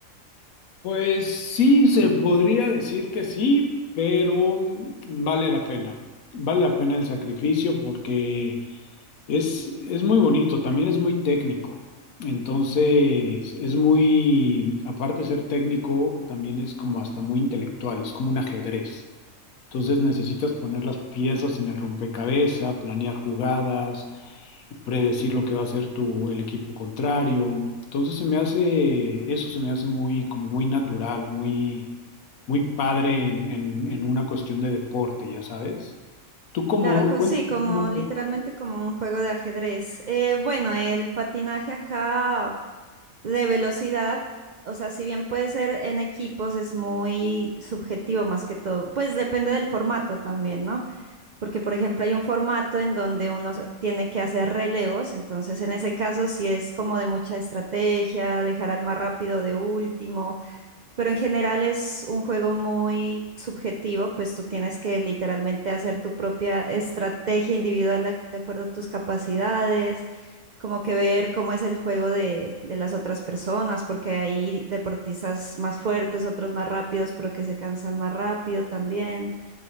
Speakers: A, on the left; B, on the right.
A: Pues sí, se podría decir que sí, pero mm, vale la pena. Vale la pena el sacrificio porque es, es muy bonito, también es muy técnico. Entonces, es muy, aparte de ser técnico, también es como hasta muy intelectual, es como un ajedrez. Entonces necesitas poner las piezas en el rompecabezas, planear jugadas predecir lo que va a hacer tu, el equipo contrario. Entonces se me hace, eso se me hace muy, como muy natural, muy, muy padre en, en- en una cuestión de deporte, ya sabes. Tú como,
B: Claro, co-
A: cuéntame
B: sí, como
A: cómo-
B: literalmente como un juego de ajedrez. Eh, bueno, el patinaje acá de velocidad, o sea, si bien puede ser en equipos, es muy subjetivo más que todo. Pues depende del formato también, ¿no? Porque, por ejemplo, hay un formato en donde uno s- tiene que hacer relevos, entonces en ese caso sí es como de mucha estrategia, dejar al más rápido de último, pero en general es un juego muy subjetivo, pues tú tienes que literalmente hacer tu propia estrategia individual de, ac- de acuerdo a tus capacidades, como que ver cómo es el juego de, de las otras personas, porque hay deportistas más fuertes, otros más rápidos, pero que se cansan más rápido también.